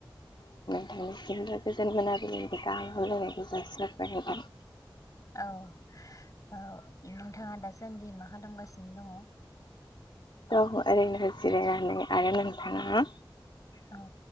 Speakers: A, on the left; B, on the left.
A: नोंनिसिमबो गोजोन मोनाबिलिनि गाहाम हामलायनायखौ जासिहरबाय नोंथां।
B: औ औ नोंथाङा दासान्दि मा खालामगासिनो दङ?
A: औ ओरैनो जिरायनानै आरो नोंथाङा?
B: औ।